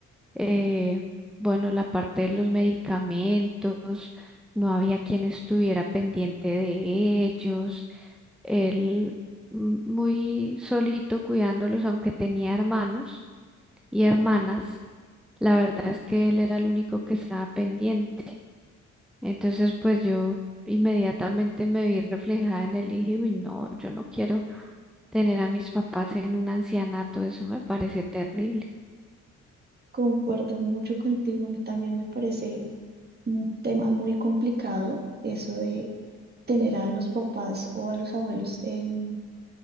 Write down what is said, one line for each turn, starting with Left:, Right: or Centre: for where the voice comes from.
Centre: eh, bueno, la parte de los medicamentos, no había quien estuviera pendiente de ellos, él mm, muy solito cuidándolos, aunque tenía hermanos y hermanas, la verdad es que él era el único que estaba pendiente. Entonces, pues yo inmediatamente me vi reflejada en él y dije, uy, no, yo no quiero tener a mis papás en un ancianato, eso me parece terrible.
Right: Concuerdo mucho contigo. A mí también me parece un tema muy complicado eso de tener a los papás o a los abuelos en,